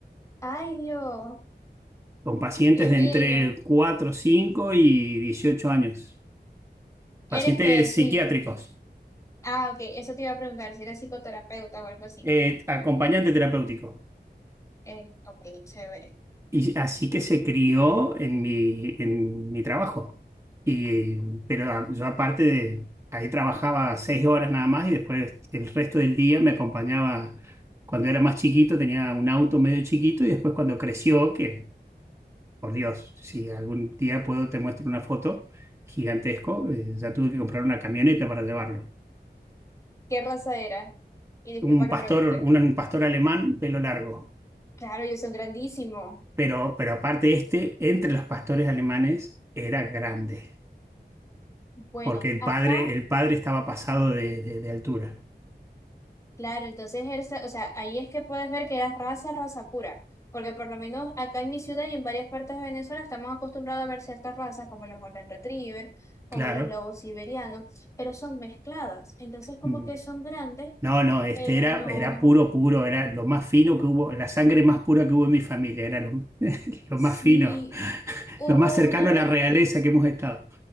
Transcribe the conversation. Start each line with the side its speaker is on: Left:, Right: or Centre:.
Left: Ay, Dios,
Right: con pacientes
Left: qué
Right: de
Left: bello.
Right: entre 4, 5 y 18 años, pacientes
Left: Eres que sí.
Right: psiquiátricos,
Left: Ah, ok. Eso te iba a preguntar si eres psicoterapeuta o algo así.
Right: eh, acompañante terapéutico.
Left: Eh, ok, chévere.
Right: Y así que se crió en mi, en mi trabajo. Y, pero a- yo aparte de, ahí trabajaba seis horas nada más y después el resto del día me acompañaba. Cuando era más chiquito tenía un auto medio chiquito y después cuando creció, que por Dios, si algún día puedo te muestro una foto gigantesco, eh, ya tuve que comprar una camioneta para llevarlo.
Left: ¿Qué raza era? Y disculpa
Right: un
Left: que
Right: pastor,
Left: pregunte.
Right: un, un pastor alemán, pelo largo.
Left: Claro, ellos son grandísimos.
Right: Pero, pero aparte este, entre los pastores alemanes, era grande,
Left: Bueno,
Right: porque el
Left: acá.
Right: padre, el padre estaba pasado de, de- de altura,
Left: Claro, entonces, Hersa- o sea, ahí es que puedes ver que era raza, raza pura, porque por lo menos acá en mi ciudad y en varias partes de Venezuela estamos acostumbrados a ver ciertas razas como los Golden Retriever, como
Right: claro.
Left: los lobos siberianos, pero son mezcladas, entonces como
Right: Mm.
Left: que son grandes,
Right: No, no, este
Left: pero
Right: era,
Left: no,
Right: era puro, puro, era lo más fino que hubo, la sangre más pura que hubo en mi familia, era lo, <laughs> lo
Left: sí,
Right: más fino,
Left: hubo
Right: lo más cercano
Left: una
Right: a
Left: vez
Right: la realeza que hemos estado.